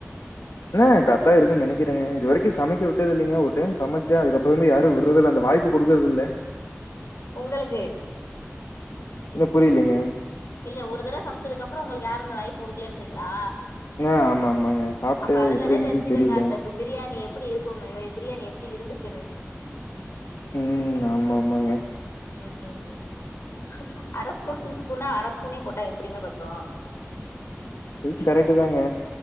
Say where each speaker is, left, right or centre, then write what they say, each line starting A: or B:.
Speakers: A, on the left (about 80°); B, on the left (about 65°).
A: என்ன கரக்டா இருக்குன்னு நெனக்கிறேங்க இது வரைக்கு சமைக்க விட்டது இல்லைங்க ஒரு டைம் சமைச்சே அதுக்கப்புறம் யாரும் விறது இல்ல அந்த வாய்ப்பு இப்ப குடுக்கறது இல்ல
B: உங்களுக்கு
A: என்ன புரியலிங்க
B: இல்ல ஒரு தடவை சமைச்சதுக்குப்புறம் உங்களுக்கு யாருந்த வாய்ப்பு கொடுக்கலேன்றீங்களா
A: ஆ ஆமா ஆமாங்க சாப்ட்டு
B: அப்ப அதுலந்தே
A: எப்டி இருந்துச்சுன்னு
B: தெரிஞ்சுக்கங்க
A: தெரியல
B: அந்த பிரியாணி எப்படி இருக்கு பிரியாணி எப்டி இருந்துச்சுன்னு
A: ம் ஆமா ஆமாங்க
B: ம் ம் ம் அரஸ்பூண்ணா அரஸ்பூனே போட்டா எப்படிங்க பத்து
A: து கரெக்ட்டு தாங்க